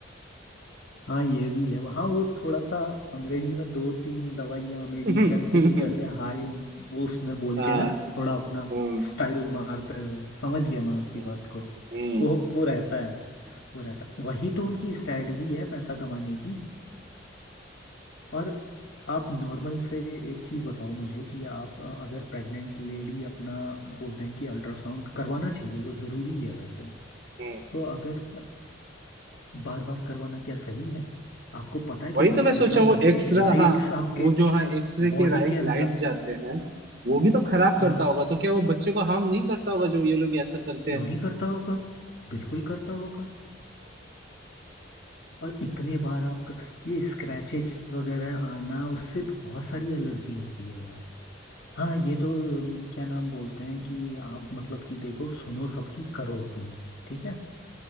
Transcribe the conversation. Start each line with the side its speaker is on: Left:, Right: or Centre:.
Left: हाँ ये भी है हाँ वो थोड़ा सा अंग्रेजी में दो तीन दवाइयाँ मेडिशन
Right: <laughs>
Left: को कुछ ऐसे हाय वो उसमें बोल
Right: हाँ
Left: के ना थोड़ा अपना
Right: हम्म
Left: स्टाइल मारते हुए समझ गया मैं आपकी
Right: हम्म
Left: बात को
Right: हम्म।
Left: वो वो रहता है वो रहता वही तो उनकी स्ट्रेटजी है पैसा कमाने की और आप नॉर्मल से एक चीज़ बताओ मुझे कि आप अ, अगर प्रेग्नेंट लेडी अपना बोलते हैं कि अल्ट्रासाउंड करवाना चाहिए वो ज़रूरी है वैसे
Right: हम्म।
Left: तो अगर बार बार करवाना क्या सही है आपको पता है कितनी
Right: वही तो मैं
Left: अल्ट्रा
Right: सोचा वो
Left: वायलेट
Right: एक्सरा
Left: लाइट्स
Right: हाँ
Left: आपके
Right: वो जो हाँ एक्सरे के
Left: बॉडी
Right: राइ,
Left: के अंदर
Right: लाइट्स जाते हैं वो भी तो खराब
Left: हाँ
Right: करता होगा तो क्या वो बच्चे को हार्म नहीं करता होगा जो ये लोग ऐसा करते
Left: क्यों
Right: हैं
Left: नहीं करता होगा बिल्कुल करता होगा और इतने बार आपका ये स्क्रैचेस वगैरह आना उससे बहुत सारी एलर्जी होती है यार हाँ ये तो अम, क्या नाम बोलते हैं कि आप मतलब कि देखो सुनो सबकी करो अपनी ठीक है